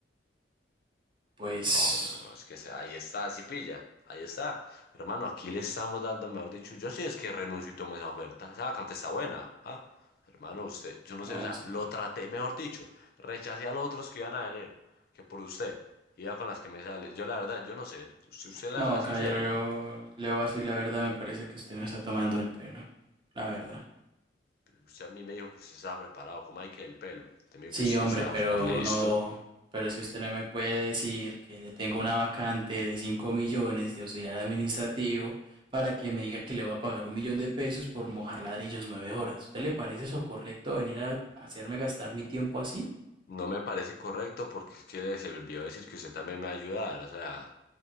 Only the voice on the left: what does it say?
No, no, no, es que se- ahí está, si pilla, ahí está. Hermano, aquí le estamos dando, mejor dicho, yo sí es que renuncio y tomo esa oferta. Esa vacante está buena, ¿ah? Hermano, usted, yo no
sé, o sea,
lo traté, mejor dicho, rechacé a los otros que iban a venir, que por usted, iba con las que me sale. Yo la verdad, yo no sé, usted, usted la
verdad, sí,
serio.
Pero Usted a mí me dijo que usted estaba preparado. ¿Cómo hay que el pelo? Usted me dijo
que usted
estaba
listo.
No me parece correcto porque es que se le olvidó decir que usted también me va a ayudar. O sea,